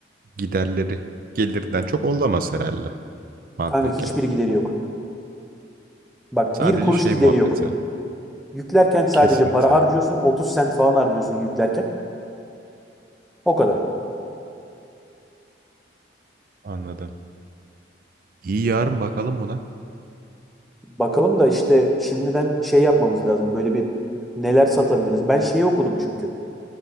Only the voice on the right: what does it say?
giderleri gelirden çok olamaz herhalde mantıken.
Sadece
şey
muhabbeti.
Kesinti.
Anladım. İyi yarın bakalım buna.